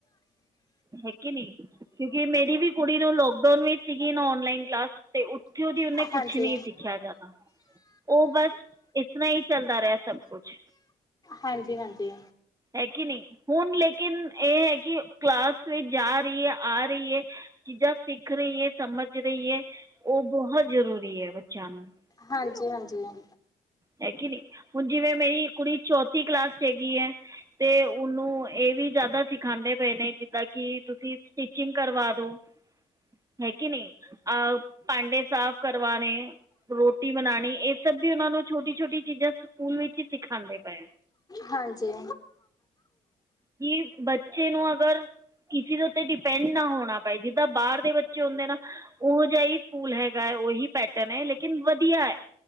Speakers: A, on the right (about 15°); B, on the left (about 20°).
A: ਹੈ ਕੇ ਨੀ ਕਿਉਂਕਿ ਮੇਰੀ ਵੀ ਕੁੜੀ ਨੂੰ ਲੋਕਡਾਊਨ ਵੀ ਸੀਗੀ ਨਾ ਓਨਲਾਈਨ ਕਲਾਸ ਤੇ ਓਥੋਂ ਦੀ ਓਨੇ
B: ਹਾਂਜੀ,
A: ਕੁਛ ਨੀ ਸਿੱਖਿਆ ਜਾ ਓ ਬਸ ਇਤਨਾ ਹੀ ਚੱਲਦਾ ਰੈ ਸਭ ਕੁਛ।
B: ਹਾਂਜੀ ਹਾਂਜੀ
A: ਹੈ ਕਿ ਨਈ ਹੁਣ ਲੇਕਿਨ ਏ ਹੈ ਕਿ ਕਲਾਸ ਵਿੱਚ ਜਾ ਰੀ ਐ। ਆ ਰਈ ਏ ਚੀਜ਼ਾਂ ਸਿੱਖ ਰਈ ਏ ਸਮਝ ਰਈ ਏ। ਓ ਬਹੁਤ ਜ਼ਰੂਰੀ ਐ ਬੱਚਿਆਂ ਨੂੰ।
B: ਹਾਂਜੀ ਹਾਂਜੀ ਹ
A: ਹੈ ਕੇ ਨਈ ਹੁਣ ਜਿਵੇਂ ਮੇਰੀ ਕੁੜੀ ਚੌਥੀ ਕਲਾਸ 'ਚ ਹੇਗੀ ਐ। ਤੇ ਉਨੂੰ ਏ ਵੀ ਜ਼ਿਆਦਾ ਸਿਖਾਂਦੇ ਪਏ ਨੇ ਜਿੱਦਾਂ ਕਿ ਤੁਸੀਂ ਟਿਚਿੰਗ ਕਰਵਾ ਦੋ ਹੈ ਕੇ ਨਈ ਅ ਪਾਂਡੇ ਸਾਫ਼ ਕਰਵਾਣੇ। ਰੋਟੀ ਬਣਾਣੀ ਏ ਸਭ ਵੀ ਓਨਾ ਨੂੰ ਛੋਟੀ ਛੋਟੀ ਚੀਜ਼ਾਂ ਸਕੂਲ ਵਿੱਚ ਈ ਸਿਖਾਂਦੇ ਪਏ।
B: ਹਾਂਜੀ
A: ਕੀ ਬੱਚੇ ਨੂੰ ਅਗਰ ਕਿਸੇ ਦੇ ਉੱਤੇ ਡਿਪੈਂਡ ਨਾ ਹੋਣਾ ਪਏ ਜਿੱਦਾਂ ਬਾਅਰ ਦੇ ਬੱਚੇ ਹੁੰਦੇ ਨਾ ਉਹੋ ਜਿਹਾ ਹੀ ਸਕੂਲ ਹੈਗਾ ਹੈ ਉਹੀ ਪੈਟਰਨ ਹੈ ਲੇਕਿਨ ਵਧੀਆ ਐ।